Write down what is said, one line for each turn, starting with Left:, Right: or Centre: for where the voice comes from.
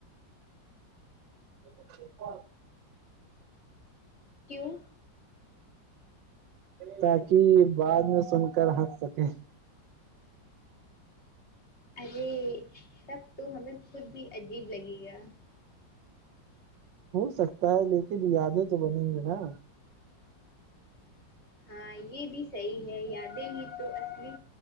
Right: <unintelligible>
Left: کیوں
Right: تاک بعد میں سن کر ہنس سکے
Left: ارے تب تو ہمیں خود بھی عجیب لگے گا
Right: ہو سکتا ہے لیکن یادیں تو بنیں گے نا
Left: ہاں یہ بھی صحیح ہے یادیں ہی تو اپنے